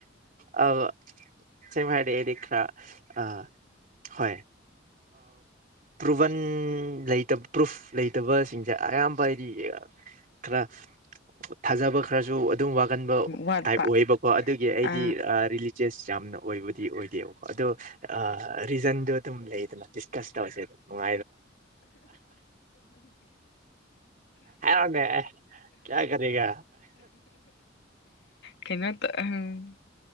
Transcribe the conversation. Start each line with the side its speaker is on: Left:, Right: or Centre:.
Right: ꯑ ꯆꯦꯃꯦ ꯑꯦ ꯀ꯭ꯔꯥ ꯑ ꯍꯣꯏ ꯄ꯭ꯔꯨꯚꯟꯇ ꯄ꯭ꯔꯨꯐ ꯂꯩꯇꯕꯁꯤꯡꯁꯦ ꯑꯌꯥꯝꯕ ꯍꯥꯏꯗꯤ ꯈꯔ ꯊꯥꯖꯕ ꯈꯔꯁꯨ ꯑꯗꯨꯝ ꯋꯥꯒꯟꯕ
Left: ꯋꯥꯠꯄ
Right: ꯇꯥꯏꯞ ꯑꯣꯏꯌꯦꯕꯀꯣ ꯑꯗꯨꯒꯤ ꯑꯩꯗꯤ
Left: ꯑ
Right: ꯔꯤꯂꯤꯖꯁ ꯌꯥꯝꯅ ꯑꯣꯏꯕꯗꯤ ꯑꯣꯏꯗꯦꯕ ꯑꯗꯨ ꯑꯗꯨ ꯑ ꯟꯗ ꯊꯝ ꯂꯩꯗ ꯃꯥꯗꯤꯁꯁ ꯇꯁꯤꯗ ꯎꯗ ꯃꯥ ꯍꯥꯏ ꯋꯥꯦ ꯌꯥ ꯀꯔꯤꯒ
Left: ꯀꯩꯅ ꯎꯝ